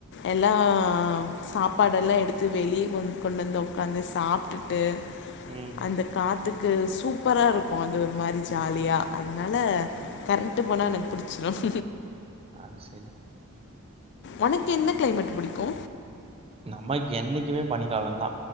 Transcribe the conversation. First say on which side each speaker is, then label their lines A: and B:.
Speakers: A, on the left (about 50°); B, on the right (about 25°).
A: எல்லா சாப்பாடெல்லா எடுத்து வெளிய கொ கொண்டு வந்து ஒக்காந்து சாப்டுட்டு
B: ம்.
A: அந்த காத்து என சூப்பராருக்கும் அதுஒரு மாரி ஜாலியா அதனால கரண்ட்டு போனா எனக்கு பிடிச்சிறும்
B: அது செரி
A: உனக்கு என்ன கிளைமேட் புடிக்கு
B: நம்ம என்னைக்குமே பணி காலந்தா